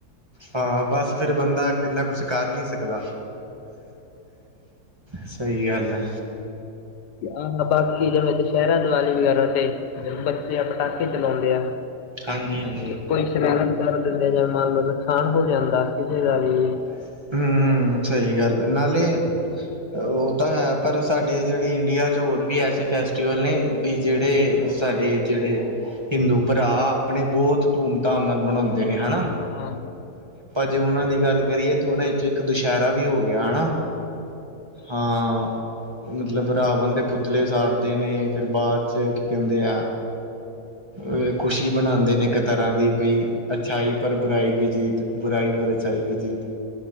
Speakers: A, on the right; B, on the left.
A: ਹਾਂ, ਬਸ ਫੇਰ ਬੰਦਾ ਇੰਨਾ ਕੁਛ ਕਰ ਨੀ ਸਕਦਾ। ਸਈ ਗੱਲ ਐ।
B: ਆਹੋ, ਬਾਕੀ ਜਿਂਵੇਂ ਦੂਸ਼ੈਰਾ, ਦੀਵਾਲੀ ਵਗੈਰਾ ਤੇ। ਬੱਚੇ ਆ ਪਟਾਕੇ ਚਲੌਂਦੇ ਆ,
A: ਹਾਂਜੀ ਹਾਂਜੀ
B: ਕੋਈ ਚਲਾਨਾ ਤੇ ਸਾਰੇ ਦਿਨ ਦਾ ਜੇਂਵੇ ਮੰਨਲੋ, ਨੁਕਸਾਨ ਹੋ ਜਾਂਦਾ ਕਿਸੇ ਦਾ ਵੀ
A: ਹੂੰ, ਹੂੰ, ਸਈ ਗੱਲ ਐ, ਨਾਲੇ ਓ ਤਾਂ ਹੈ ਪਰ ਸਾਡੇ ਜੇੜੇ ਇੰਡੀਆ'ਚ ਹੋਰ ਵੀ ਐਸੇ ਫੈਸਟੀਵਲ ਨੇ, ਵੀ ਜੇੜੇ ਸਾਡੇ ਜੇੜੇ ਹਿੰਦੂ ਭਰਾ ਆਪਣੇ ਬੌਤ ਧੂੰਮ-ਧਾੰਮ ਨਾਲ ਮਨਾਉਂਦੇ ਨੇ, ਹਣਾ?
B: ਹਾਂ।
A: ਜੇ ਓਨਾਂ ਦੀ ਗੱਲ ਕਰੀਏ, ਤੇ ਉਨਾਂ ਵਿੱਚ ਇੱਕ ਦੁਸ਼ੈਰਾ ਵੀ ਹੋਗਿਆ, ਹਣਾ। ਹਾਂ। ਮਤਲਬ ਰਾਵਨ ਦੇ ਪੁਤਲੇ ਸਾੜਦੇ ਨੇ, ਫਿਰ ਬਾਅਦ'ਚ ਕੀ ਕੈਂਦੇ ਆ ਓਏ ਖੁਸ਼ੀ ਬਣਾਂਦੇ ਨੇ, ਇੱਕ ਤਰ੍ਹਾਂ ਦੀ ਬਈ, ਅੱਛਾਈ ਪਰ ਬੁਰਾਈ ਕੀ ਜੀਤ। ਬੁਰਾਈ ਪਰ ਅੱਛਾਈ ਕੀ ਜੀਤ।